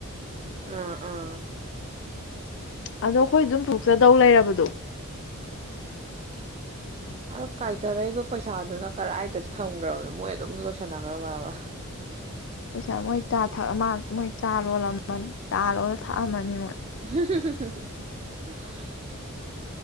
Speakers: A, on the right; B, on the left.
A: ꯑꯥ ꯑꯥ
B: ꯑꯗꯣ ꯑꯩꯈꯣꯏ ꯑꯗꯨꯝ ꯄꯣꯛꯆꯗꯧ ꯂꯩꯔꯕꯗꯣ
A: ꯑ ꯀꯥꯏꯊꯔꯛꯏꯕ ꯄꯩꯁꯥꯗꯨꯅ ꯀꯗꯥꯏꯗ ꯊꯝꯈ꯭ꯔꯕꯅꯣ ꯃꯣꯏ ꯑꯗꯨꯝ ꯂꯣꯏꯁꯟꯅꯈ꯭ꯔꯕꯥꯕ
B: ꯄꯩꯁꯥ ꯃꯣꯏ ꯆꯥ ꯊꯛꯑ ꯃꯤꯜ ꯃꯣꯏ ꯆꯥ ꯂꯣꯜꯂꯝꯝꯃꯅꯤ ꯆꯥ ꯂꫭꯜꯂ ꯊꯛꯑꯝꯃꯅꯤ ꯃꯣꯏ
A: <inaudible> <inaudible>